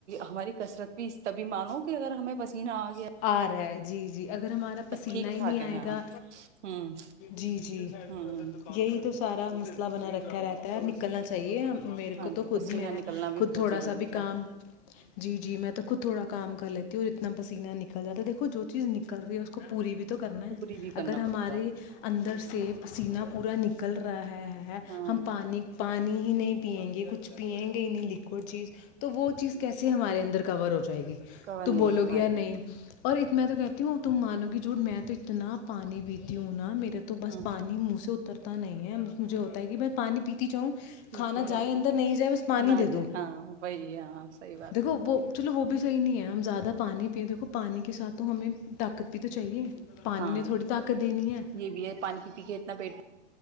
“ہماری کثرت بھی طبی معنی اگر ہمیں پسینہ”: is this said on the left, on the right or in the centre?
Right